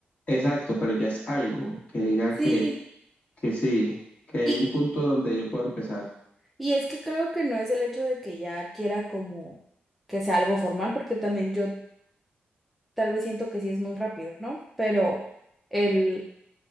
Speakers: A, on the left (about 40°); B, in the centre.
A: exacto, pero ya es algo, que diga
B: Sí,
A: que, que sí, que
B: y,
A: hay un punto donde yo puedo empezar.
B: y es que creo que no es el hecho de que ya quiera como que sea algo formal, porque también yo tal vez siento que sí es muy rápido, ¿no? Pero el